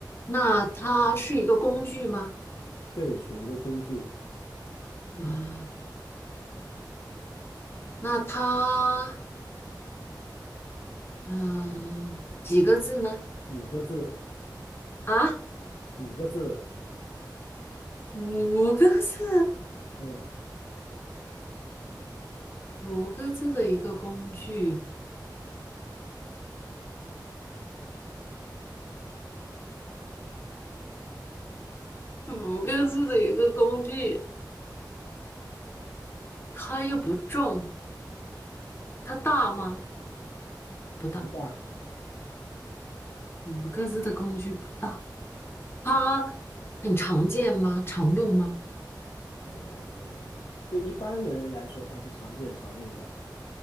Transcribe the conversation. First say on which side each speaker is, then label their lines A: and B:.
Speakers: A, on the left; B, on the left.
A: 那它是一个工具吗？
B: 对，属于一个工具，
A: 啊，那它，嗯、呃几个字呢？
B: 五个字，
A: 啊，
B: 五个字，
A: 五个字，
B: 嗯，
A: 五个字的一个工具，五个字的一个工具，它又不重，它大吗？不大，
B: 不大。
A: 五个字的工具不大。它很常见吗？常用吗？
B: 嗯，对一般人来说，它是常见常用的，